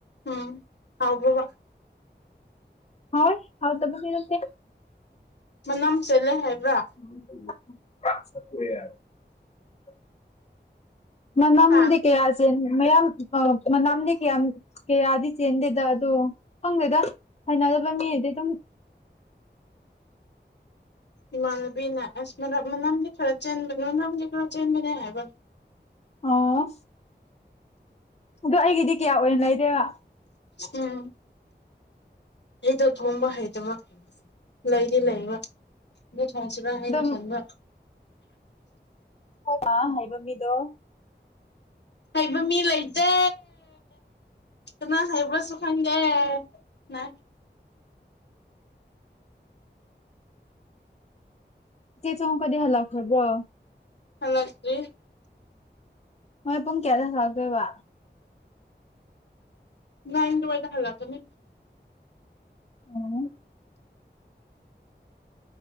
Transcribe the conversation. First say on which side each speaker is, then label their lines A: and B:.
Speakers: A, on the left; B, on the left.
A: ꯎꯝ ꯍꯥꯎꯕ꯭ꯔꯕ
B: ꯍꯥꯎꯋꯦ ꯍꯥꯎꯇꯕꯗꯤ ꯅꯠꯇꯦ
A: ꯃꯅꯝ ꯆꯦꯜꯂꯦ ꯍꯥꯏꯕ꯭ꯔꯥ
B: <inaudible> ꯃꯅꯝꯗꯤ
A: ꯍꯥ
B: ꯀꯌꯥ ꯆꯦꯟ ꯃꯌꯥꯝ ꯑ ꯃꯅꯥꯝꯗꯤ ꯀꯌꯥꯝ ꯀꯌꯥꯗꯤ ꯆꯦꯟꯗꯦꯗ ꯑꯗꯣ ꯈꯪꯗꯦꯗ ꯍꯩꯅꯗꯕ ꯃꯤꯅꯗꯤ ꯑꯗꯨꯝ
A: ꯏꯃꯥꯟꯅꯕꯤꯅ ꯑꯁ ꯃꯅ ꯃꯅꯝꯗꯤ ꯈꯔ ꯆꯦꯟꯕ ꯃꯅꯝꯗꯤ ꯈꯔ ꯆꯦꯟꯕꯅꯦ ꯍꯥꯏꯕ
B: ꯑꯣꯋꯣ ꯑꯗꯣ ꯑꯩꯒꯤꯗꯤ ꯀꯌꯥ ꯑꯣꯏꯅ ꯂꯩꯗꯦꯋ
A: ꯎꯝ ꯑꯩꯗꯣ ꯊꯣꯡꯕ ꯍꯩꯇꯕ ꯂꯩꯗꯤ ꯂꯩꯕ ꯗꯨ ꯊꯣꯡꯁꯤꯔ ꯍꯥꯏꯅ
B: ꯑꯗꯨꯝ
A: ꯈꯟꯕ
B: ꯊꯣꯡꯕ ꯍꯩꯕ ꯃꯤꯗꯣ
A: ꯍꯩꯕ ꯃꯤ ꯂꯩꯇꯦ ꯀꯅꯥ ꯍꯩꯕꯔꯁꯨ ꯈꯪꯗꯦ ꯅ
B: ꯆꯦ ꯆꯧ ꯈꯣꯏꯗꯤ ꯍꯥꯂꯛꯈꯔꯕꯣ
A: ꯍꯜꯂꯛꯇ꯭ꯔꯤ
B: ꯃꯣꯏ ꯄꯨꯡ ꯀꯌꯥꯗ ꯍꯜꯂꯛꯇꯣꯏꯕ
A: ꯅꯥꯏꯟ ꯗꯨꯋꯥꯥꯏꯗ ꯍꯜꯂꯛꯀꯅꯤ
B: ꯎꯝ